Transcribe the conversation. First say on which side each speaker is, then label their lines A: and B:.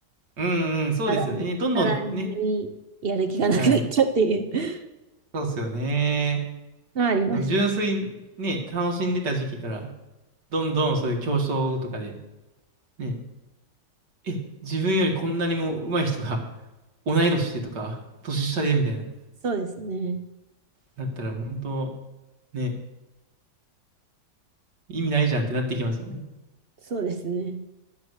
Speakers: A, on the right (about 70°); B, on the right (about 50°).
A: うんうん、そうですよね。
B: さらに、
A: どんどんね。
B: さらにやる気がなくなっちゃうっていう
A: はい。
B: <laughs>
A: そうですよね。
B: のはありました。
A: その純粋にね、楽しんでた時期から、どんどんそういう競争とかで、ね、え、自分よりこんなにも上手い人が同い年でとか、年下でみたいな、
B: そうですね。
A: なったら、本当ね、意味ないじゃんってなってきますよね。
B: そうですね。